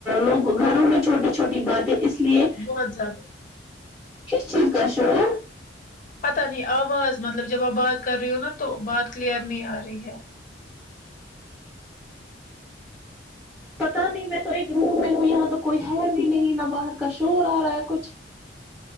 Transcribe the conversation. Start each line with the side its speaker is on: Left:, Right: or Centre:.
Centre: لوگ گھروں میں چھوٹی چھوٹی باتیں اس لیے
Left: ہزار
Centre: کس چیز کا شور
Left: پتہ نہیں آواز مطلب جب آپ بات کر رہی ہو نا تو بات کلیئیر نہیں آ رہی ہے
Centre: پتا نہیں میں تو ایک روم میں ہوں یہاں تو کوئی ہے بھی نہیں نہ باہر کا شور آ رہا ہے کچھ